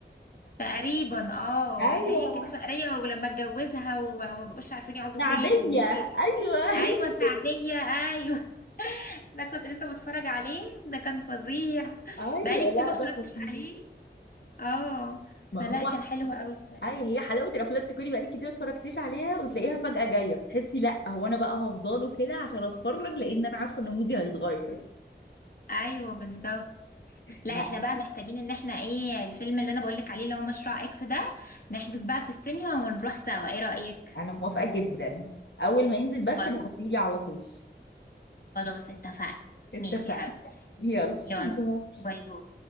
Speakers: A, on the left (about 50°); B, on the left (about 70°).
A: تقريبا اه
B: ايوه
A: اللي هي كانت فقريه ولما اتجوزها وما بقوش عارفين يقعدوا
B: العادية
A: فين وكده
B: أيوه
A: ايوه
B: هي
A: سعديه ايوه <laughs> ده كنت لسه بتفرج عليه ده كان فظيع
B: أيوه
A: بقالي كتير
B: لا
A: ما
B: ده
A: اتفرجتش
B: خطير
A: عليه اه
B: ما
A: فلا
B: هو
A: كان
B: ح-
A: حلو قوي بصراحه
B: أي هي حلاوة الأفلام تكوني بقالك كتير ما اتفرجتيش عليها وتلاقيها فجأة جاية بتحسي لا هو أنا بقى هفضله كده عشان أتفرج لأن أنا عارفة إن مودي هيتغير
A: ايوه بالظبط لا
B: لا
A: احنا بقى محتاجين ان احنا ايه الفيلم اللي انا بقولك عليه اللي هو مشروع اكس ده نحجز بقى في السينما ونروح سوا ايه رأيك
B: أنا موافقة جدا أول ما ينزل بس
A: خلاص
B: بعتيلي على طول
A: خلاص اتفقنا
B: اتفقنا
A: ماشي يا حبيبتي
B: يلا
A: يلا
B: باي.
A: باي باي